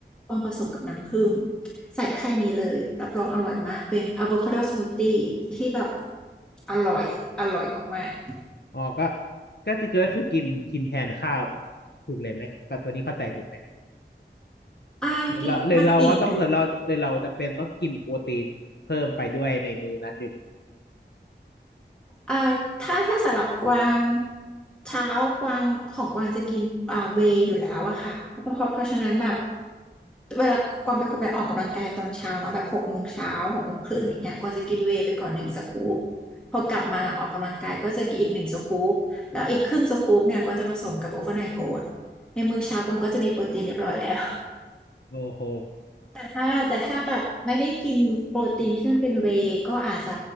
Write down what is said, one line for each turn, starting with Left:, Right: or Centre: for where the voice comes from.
Centre: กวางผสมกับน้ำผึ้งใส่แค่นี้เลย รับรองอร่อยมากเป็นอะโวคาโดสมูทตี้ที่แบบอร่อยอร่อยมาก
Left: อ๋อก็ก็คือก็คือกินกินแทนข้าวถูกเลยไหมก็โทนี่เข้าใจถูกไหม
Centre: ๆอ่ากินมันอิ่มถึง
Left: หรือเราหรือเราว่าต้องหรือเราหรือเราจำเป็นต้องกินโปรตีนเพิ่มไปด้วยในมื้อนั้นอยู่ดี
Centre: อ่าถ้าถ้าสำหรับกวางเช้ากวางของกวางจะกินอ่าเวย์อยู่แล้วอะค่ะเพราะเพราะเพราะฉะนั้นแบบเวลากวางเป็นคนไปออกกำลังกายตอนเช้าเนาะแบบหกโมงเช้าหกโมงครึ่งอย่างเงี้ยกวางจะกินเวย์ไปก่อนหนึ่งสกู๊ปพอกลับมาหลังออกกำลังกายก็จะกินอีกหนึ่งสกู๊ปแล้วอีกครึ่งสกู๊ปเนี่ยกวางจะผสมกับโอเวอร์ไนท์โอ๊ในมื้อเช้ากวางก็จะมีโปรตีนเรียบร้อยแล้ว
Left: โอ้โห
Centre: ค่ะแต่ถ้าแบบไม่ได้กินโปรตีนที่มันเป็นเวย์ก็อาจจะ